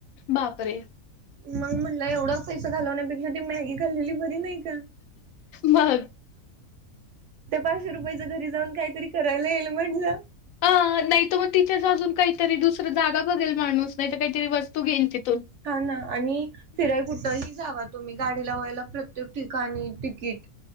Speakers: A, on the left; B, on the right.
A: बापरे.
B: मग म्हणला एवढा पैसा घालवण्यापेक्षा ती मॅगी घालेली बरी नाही. का
A: बघ.
B: त्या पाचशे रुपयाच घरी जाऊन काहीतरी करायला येईल म्हटलं.
A: अ नाही तर मग तिथेच अजून काहीतरी दुसर जागा बघेल माणूस नाही तर काहीतरी वस्तू घेईल तिथून.
B: हा ना आणि फिराय कुठेही जावा तुम्ही गाडीला व्हायला प्रत्येक ठिकाणी तिकीट